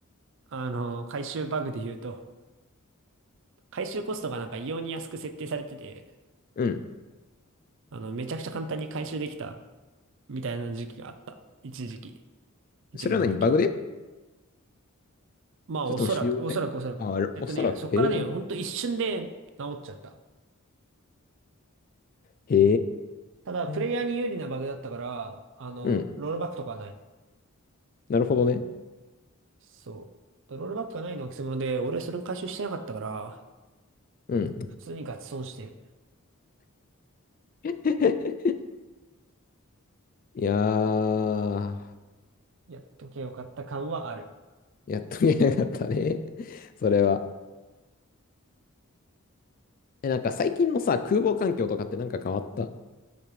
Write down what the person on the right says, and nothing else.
あの、回収バグで言うと、回収コストがなんか異様に安く設定されてて、
あの、めちゃくちゃ簡単に回収できたみたいな時期があった。一時期。一部の武器を。
まあ、
おそらく、おそらくおそらく。えっとね、
そっからね、
ほんと一瞬で治っちゃった。
ただ、プレイヤーに有利なバグだったから、
あの、
ロールバックとかはない。
そう。ロールバックがないのはくせ者で、俺はそれを回収してなかったから、
普通にガチ損してる。
やっとけよかった感はある。